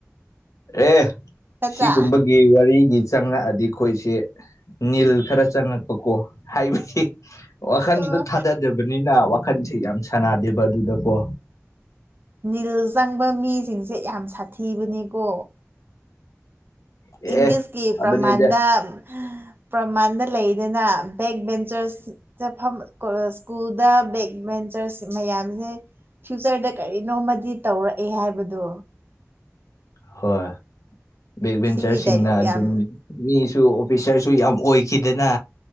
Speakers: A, on the left; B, on the right.
A: ꯑꯦ
B: ꯅꯠꯇ꯭ꯔꯥ
A: ꯁꯤꯒꯨꯝꯕꯒꯤ ꯋꯥꯔꯤꯒꯤ ꯆꯪꯉꯛꯑꯗꯤ ꯑꯩꯈꯣꯏꯁꯤꯦ ꯅꯤꯜ ꯈꯔ ꯆꯪꯉꯛꯄ ꯀꯣ ꯍꯥꯏꯕꯗꯤ ꯋꯥꯈꯟꯗꯣ
B: ꯑꯣ
A: ꯊꯥꯗꯗꯕꯅꯤꯅ ꯋꯥꯈꯟꯁꯦ ꯌꯥꯝ ꯁꯥꯟꯅꯗꯦꯕ ꯑꯗꯨꯗꯀꯣ
B: ꯅꯤꯜ ꯆꯪꯕ ꯃꯤꯁꯤꯡꯁꯦ ꯌꯥꯝ ꯁꯥꯊꯤꯕꯅꯤꯀꯣ
A: ꯑꯦ
B: ꯏꯪꯂꯤꯁꯀꯤ
A: ꯐꯕꯅꯤꯗ
B: ꯄ꯭ꯔꯃꯥꯟꯗ ꯄ꯭ꯔꯃꯥꯟꯗ ꯂꯩꯗꯅ ꯕꯦꯛ ꯚꯦꯟꯆꯔꯁ ꯆꯠꯐꯝ ꯁ꯭ꯀꯨꯜꯗ ꯕꯦꯛꯚꯦꯟꯐꯔꯁ ꯃꯌꯥꯝꯁꯦ ꯐ꯭ꯌꯨꯆꯔꯗ ꯀꯔꯤꯅꯣꯃꯗꯤ ꯇꯧꯔꯛꯑꯦ ꯍꯥꯏꯕꯗꯣ
A: ꯍꯣꯏ ꯕꯦꯛ ꯚꯦꯟꯆꯔꯁꯤꯡꯅ
B: ꯁꯤꯒꯤ ꯗꯥꯏꯂꯣꯛ
A: ꯑꯗꯨꯝ
B: ꯌꯥꯝ
A: ꯃꯤꯁꯨ ꯑꯣꯐꯤꯁꯔꯁꯨ ꯌꯥꯝ ꯑꯣꯏꯈꯤꯗꯅ